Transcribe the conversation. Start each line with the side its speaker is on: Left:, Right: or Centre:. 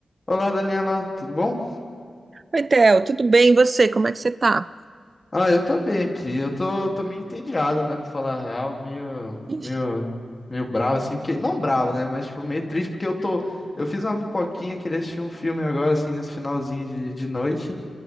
Left: Olá, Daniela, tudo bom?
Right: Oi, Theo, tudo bem? E você? Como é que você tá?
Left: Ah, eu tô bem aqui. Eu tô, tô meio entediado, né, pra falar a real, meio, meio,
Right: Ixi,
Left: meio bravo, assim, porque, não bravo, né, mas, tipo, meio triste, porque eu tô, eu fiz uma pipoquinha, queria assistir um filme agora, assim, nesse finalzinho de, de noite,